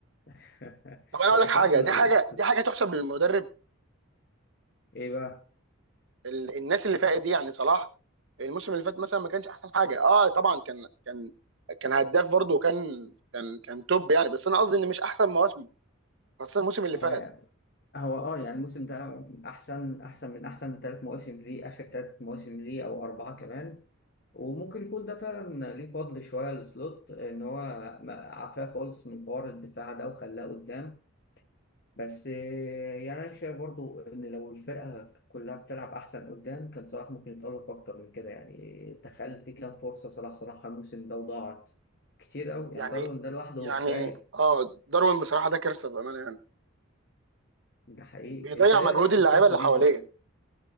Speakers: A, on the left; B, on the right.
A: <laughs>
B: طب انا اقول
A: هو
B: لك
A: صح
B: حاجه
A: ال...
B: دي حاجه دي حاجه تحسب للمدرب
A: إيه بقى؟
B: ال- الناس اللي فاتت دي يعني صلاح الموسم اللي فات مثلا ما كانش احسن حاجه اه طبعا كان كان كان هداف برضه وكان كان كان توب يعني بس انا قصدي ان مش احسن مواسمه خاصه الموسم اللي
A: هو
B: فات
A: هو اه يعني الموسم ده احسن احسن من احسن ثلاث مواسم ليه اخر ثلاث مواسم ليه او اربعه كمان وممكن يكون ده فعلا ليه فضل شويه لسلوت ان هو ما- عفاه خالص من حوار الدفاع ده وخلاه قدام بس آه، يعني انا شايف برضو ان لو الفرقه كلها بتلعب احسن قدام كان صلاح ممكن يتألق اكتر من كده يعني تخيل في كام فرصه صلاح صلاحها الموسم ده وضاعت كتير قوي
B: يعني
A: يعني ضرب ان ده لوحده
B: يعني
A: كفايه
B: اه داروين بصراحه ده كارثه بامانه يعني
A: ده حقيقي
B: بيضيع
A: انت ايه
B: مجهود
A: رايك في
B: اللعيبه
A: الصفقه
B: اللي
A: دي
B: حواليه
A: طيب